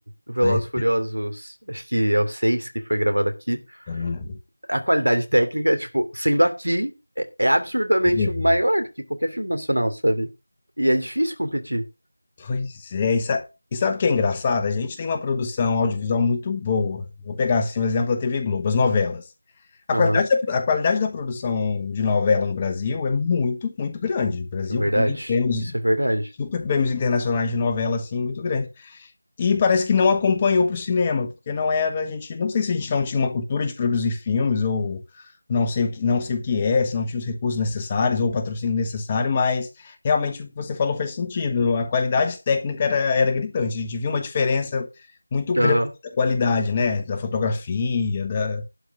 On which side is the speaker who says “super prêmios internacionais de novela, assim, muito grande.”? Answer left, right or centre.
Left